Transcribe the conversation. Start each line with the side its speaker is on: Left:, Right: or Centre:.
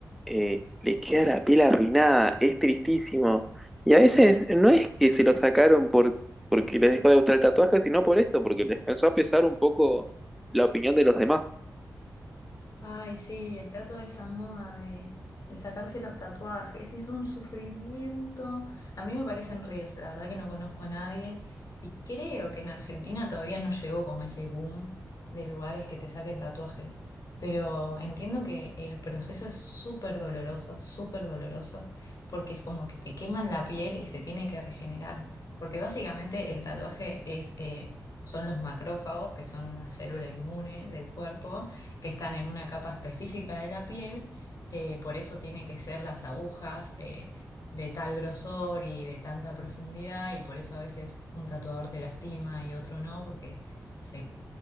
Centre: eh, le queda la piel arruinada, es tristísimo. Y a veces no es que se lo sacaron por, porque les dejó de gustar el tatuaje, sino por esto, porque les pensó a pesar un poco la opinión de los demás.
Left: Ay, sí, está toda esa moda de, de sacarse los tatuajes. Es un sufrimiento. A mí me parecen reels, la verdad que no conozco a nadie. Y creo que en Argentina todavía no llegó como ese boom de lugares que te saquen tatuajes. Pero entiendo que el proceso es súper doloroso, súper doloroso, porque es como que te queman la piel y se tiene que regenerar. Porque básicamente el tatuaje es, eh, son los macrófagos, que son una célula inmune del cuerpo que están en una capa específica de la piel, eh, por eso tienen que ser las agujas eh, de tal grosor y de tanta profundidad, y por eso a veces un tatuador te lastima y otro no, porque se,